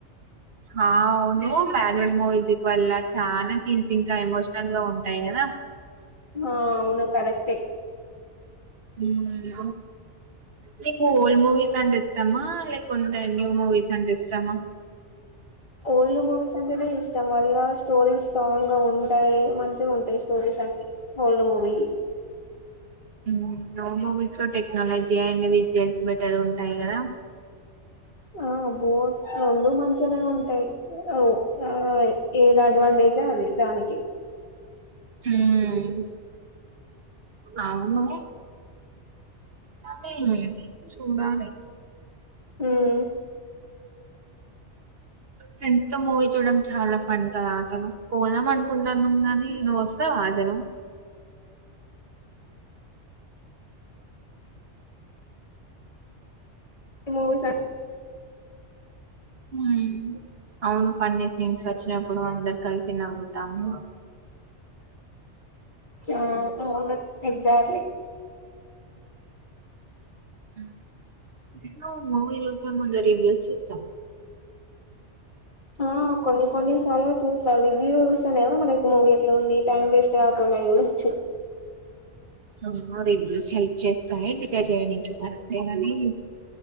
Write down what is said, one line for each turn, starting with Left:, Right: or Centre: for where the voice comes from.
Right: హా అవును బ్యాక్గ్రౌండ్ మూవీస్ వల్ల చాలా సీన్స్ ఇంక ఎమోష్నల్ గా ఉంటాయి కదా
Left: హ అవును కరెక్టే
Right: ఉమే నీకు ఓల్డ్ మూవీస్ అంటె ఇష్టమా కొండె న్యూ మూవీస్ అంటే ఇష్టమా
Left: ఓల్డ్ మూవీస్ అంటేనే ఇష్టం వల్ల స్టోరేజ్ స్ట్రాంగ్ గా ఉంటయి మంచిగా ఉంట టె స్టోరీస్ అన్ని ఇత్త మూవి
Right: ఉహ్ నో మూవీస్ లో టెక్నాలజీ జండివిజువల్స్ బెటర్ ఉంటాయి కదా
Left: ఆ బోజ రెండు మంచినే ఉంటాయి ఓ ఆ ఏది అడ్వాంటేజా అది దానికి
Right: హ్మ్ అవును కానీ చూడాలి
Left: ఉమ్,
Right: హ ఫెండ్స్‌తో మూవీ చూడం చాలా ఫండ్ కదా ఆసలు పోదాం అనుకుంటున్నాం, గాని నువ్వు వస్తావ అసలు
Left: ఈ మూవీస
Right: హ్మ్ అవును ఫన్నీ సీన్స్ వచ్చినప్పుడు అందరు కలిసి నవ్వుతాము
Left: ఆ అవును ఎక్జాట్లీ
Right: హ్మ్ నువ్వు మూవీ చూసే ముందు రివ్యూస్ చూస్
Left: ఆ కొన్ని కొన్ని సార్లు చూస్తారు. రివ్యూస్ అనేద మనకి మూవీ ఎట్లా ఉంది. టైమ్ వేస్ట్ కాకుండా అవి కూడాచ్చు.
Right: ఏమో రివ్యూస్ హై చేస్తాయి డిసైడ్ చేయనికి అంతేగ అండి